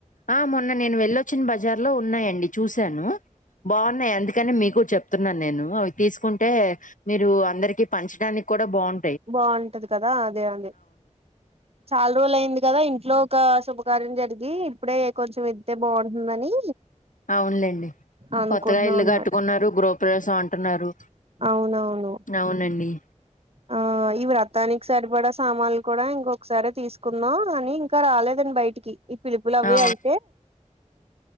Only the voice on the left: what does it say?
ఆ మొన్న నేను వెళ్ళొచ్చిన బజార్ లో ఉన్నాయండి చూశాను. బాగున్నాయి అందుకని మీకు చెప్తున్నాను నేను అవి తీసుకుంటే మీరు అందరికి పంచడాని కూడా బాన్
అవునులేండి
కొత్తగా ఇల్లు
కట్టుకున్నారు గృహ ప్రవేశం అంటున్నారు.
అవునండి
ఆ